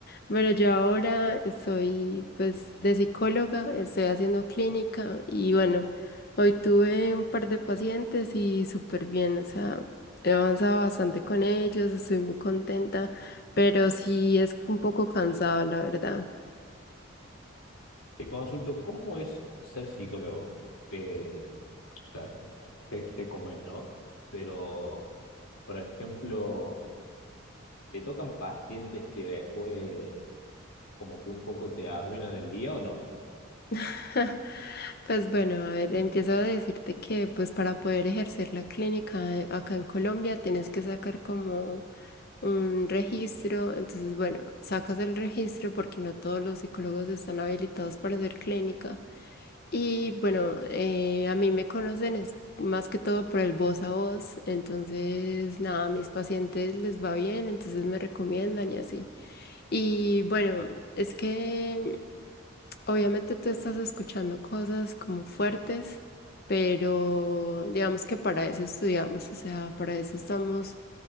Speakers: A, on the left (about 45°); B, on the left (about 80°).
A: Pero yo ahora soy, pues, de psicóloga, estoy haciendo clínica y bueno, hoy tuve un par de pacientes y súper bien, o sea, he avanzado bastante con ellos, estoy muy contenta, pero sí es un poco cansado, la verdad.
B: Te consulto, ¿cómo es ser psicólogo? Eh, o sea, sé, sé cómo es, ¿no? Pero, por ejemplo, ¿te tocan pacientes que después como que un poco te arruinan el día o no?
A: <laughs> Pues bueno, a ver, empiezo a decirte que pues para poder ejercer la clínica eh, acá en Colombia tienes que sacar como un registro, entonces bueno, sacas el registro porque no todos los psicólogos están habilitados para hacer clínica y bueno, eh, a mí me conocen es más que todo por el voz a voz, entonces nada, a mis pacientes les va bien, entonces me recomiendan y así. Y bueno, es que Obviamente tú estás escuchando cosas como fuertes, pero digamos que para eso estudiamos, o sea, para eso estamos